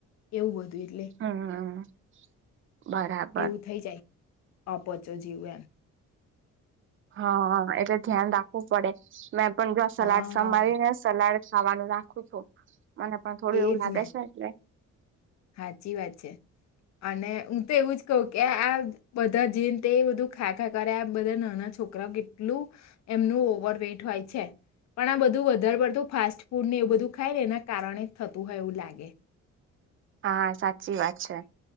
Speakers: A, on the left; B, on the right.
A: એવું બધું એ
B: હમ બરાબર
A: એવું થઈ. જાય આપ પો છો, જીવ એમ
B: હા, એટ ધ્યાન રાખવું પડે મેં પણ જો સલાડ
A: હા
B: સંભળી ને સલાડ ખાવાનું રાખું છું. મને પણ થોડું
A: એજ
B: એવું લાગે
A: ને
B: છે, એટલે
A: સાચી વાત છે. અને હું તો એવું જ કહ કે આ બધા જીને, તે બધું ખા, ખા કરે આ બધા ના છોકરા, કેટલું એમનું ઓવર વટ હોય છે. પણ આ બધું વધારે પડતું ફાસ્ટ ફૂડ ને એવું બધું ખાયને, એના કારણે થતું હોય, એવું લાગે
B: હા, સાચી વાત છે.